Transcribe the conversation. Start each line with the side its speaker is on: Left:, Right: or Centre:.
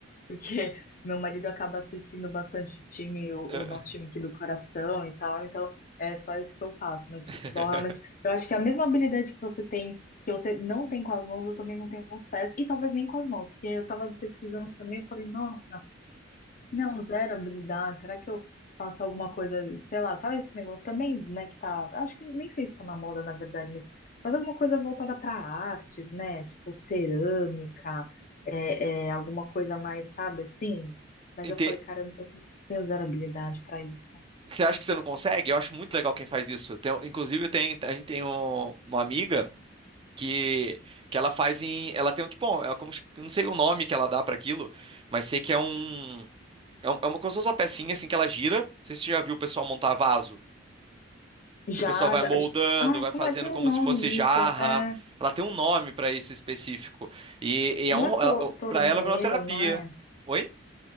Left: porque <laughs> meu marido acaba assistindo bastante o time, o,
Right: É.
Left: o nosso time aqui do coração e tal, então é só isso que eu faço. Mas
Right: <laughs>
Left: futebol realmente, eu acho que é a mesma habilidade que você tem, que você não tem com as mãos, eu também não tenho com os pés, e talvez nem com as mãos, porque eu tava pesquisando também, eu falei, nossa. Não, zero habilidade. Será que eu faço alguma coisa, sei lá, sabe esse negócio também, né, que tá, acho que nem sei se tá na moda, na verdade, mas faz alguma coisa voltada para artes, né? Tipo cerâmica, é, é, alguma coisa mais, sabe, assim. Mas
Right: Ente-
Left: eu falei, cara, eu eu tenho zero habilidade para isso.
Right: Você acha que você não consegue? Eu acho muito legal quem faz isso. Tem- inclusive, tem, a gente tem um- uma amiga. que que ela faz em, ela tem um tipo, bom, é como eu não sei o nome que ela dá para aquilo, mas sei que é um é um- é uma como se fosse uma pecinha assim que ela gira. Não sei se você já viu o pessoal montar vaso,
Left: Já,
Right: que o pessoal vai
Left: já.
Right: moldando,
Left: Ai,
Right: vai
Left: como
Right: fazendo
Left: é? Tem um
Right: como
Left: nome
Right: se fosse jarra.
Left: isso? É,
Right: Ela tem um nome para isso específico e, e
Left: não
Right: é um
Left: é to- torneiro,
Right: para ela virou uma terapia.
Left: não é?
Right: Oi?